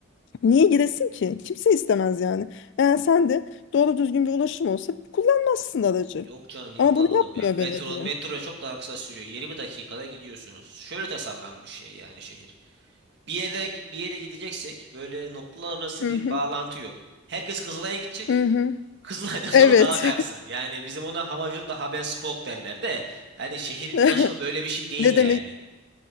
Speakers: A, on the left; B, on the right.
A: Niye giresin ki? Kimse istemez yani. Eğer sen de doğru düzgün bir ulaşım olsa kullanmazsın aracı.
B: Yok canım niye
A: Ama
B: kullanalım
A: bunu yapmıyor
B: ya? Metro
A: belediye.
B: metroya çok daha kısa sürüyor. 20 dakikada gidiyorsunuz. Şöyle tasarlanmış şey yani şehir. bir yere bir yere gideceksek böyle noktalar arası
A: Hı
B: bir
A: hı.
B: bağlantı yok. Herkes Kızılay'a gidecek.
A: Hı hı.
B: Kızılay'dan <laughs> sonra
A: Evet.
B: dağılacaksın. Yani bizim ona havacılıkla Habenspoke derler de yani şehir
A: <laughs>
B: ulaşımı böyle bir şey değil
A: Ne
B: yani.
A: demek?